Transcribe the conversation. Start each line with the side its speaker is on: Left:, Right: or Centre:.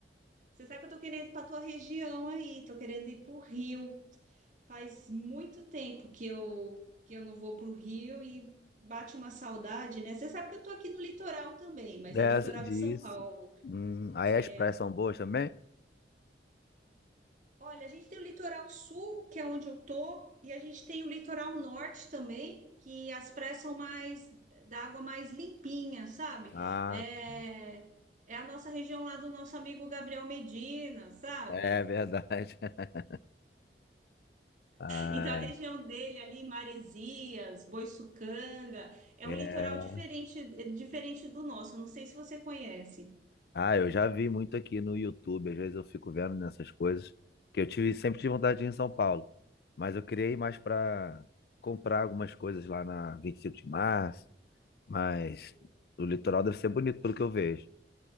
Right: Você sabe que eu tô querendo ir para tua região aí, tô querendo ir para o Rio. Faz muito tempo que eu que eu não vou para o Rio e bate uma saudade, né? Você sabe que eu tô aqui no litoral também, mas
Left: Dessa,
Right: é litoral
Left: disso.
Right: de São Paulo.
Left: Hum, aí
Right: É,
Left: as praias são boas também?
Right: olha, a gente tem o litoral sul, que é onde eu tô, e a gente tem o litoral norte também, que as praias são mais da água mais limpinha, sabe?
Left: Ah,
Right: É,
Left: tá.
Right: é a nossa região lá do nosso amigo Gabriel Medina, sabe?
Left: é verdade. <laughs> Ah,
Right: Então, a região dele ali, Maresias, Boiçucanga, é
Left: é.
Right: um litoral diferente, eh, diferente do nosso. Não sei se você conhece.
Left: Ah, eu já vi muito aqui no YouTube, às vezes eu fico vendo nessas coisas, que eu tive, sempre tive vontade de ir em São Paulo, mas eu criei mais para comprar algumas coisas lá na Vinte e Cinco de março, mas
Right: Sim.
Left: o litoral deve ser bonito pelo que eu vejo.